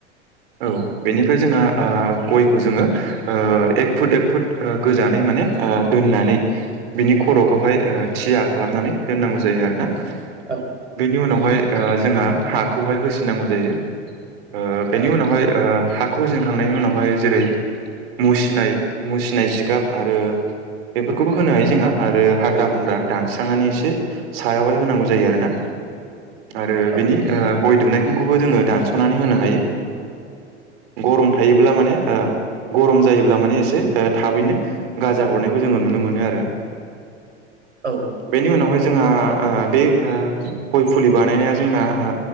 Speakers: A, on the right; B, on the right.
A: औ बेनिफ्राय जोंहा ओ गयखौ जोङो ओ एक फुट एक फुट ओ गोजानै माने ओ दोननानै बिनि खर'खौहाय थिया खालामनानै दोननांगौ जायो आरोना। बेनि
B: औ
A: उनावहाय ओ जोंहा हाखौहाय होसिननांगौ जायो। ओ बेनि
B: औ
A: उनावहाय ओ हाख खौ होसिनखांनायनि उनावहाय जेरै मुसिनाय मुसिनाय जिगाब आरो। बेफोरखौबो होनो हायो जोंहा आरो हाग्रा बंग्रा दानस्रांनानै एसे। सायावहाय होनांगौ जायो आरोना आरो बिनि
B: औ
A: ओ गय दुनायख खौबो जोङो दानस'नानै होनो हायो गरम थायोब्ला माने ओ गरम जायोब्ला माने एसे ओ थाबैनो गाजा हरनायखौ जोङो नुनो मोनो आरो।
B: औ
A: बेनि उनावहाय जोंहा ओ बे ओ गय फुलि बानायनाया जोंना ओ